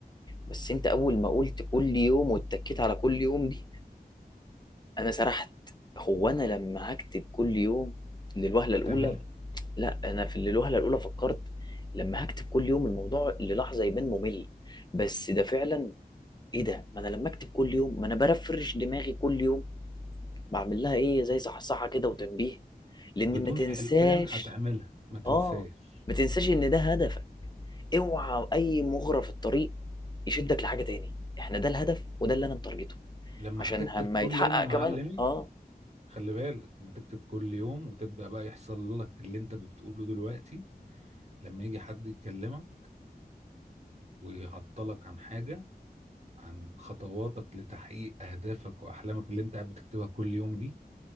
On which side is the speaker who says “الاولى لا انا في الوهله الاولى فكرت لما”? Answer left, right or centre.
Left